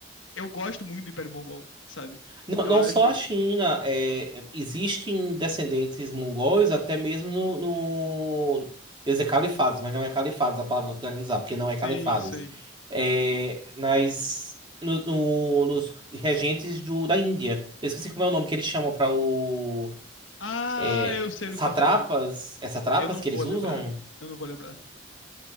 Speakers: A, on the left; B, on the right.
A: Eu gosto muito do Império Mongol, sabe?
B: Não,
A: Eu
B: não
A: acho.
B: só a China, é, existem descendentes mongóis até mesmo no, no- Eu ia dizer califados, mas não é califados a palavra que eu tô querendo usar, porque não é califados.
A: Sim, sim.
B: É, nas, no- no- nos regentes do, da Índia. Eu esqueci como é o nome que eles chamam para o.
A: Ah,
B: É,
A: eu sei do
B: satrapas?
A: que você tá falando.
B: É satrapas
A: Eu não
B: que
A: vou
B: eles
A: lembrar.
B: usam?
A: Eu não vou lembrar.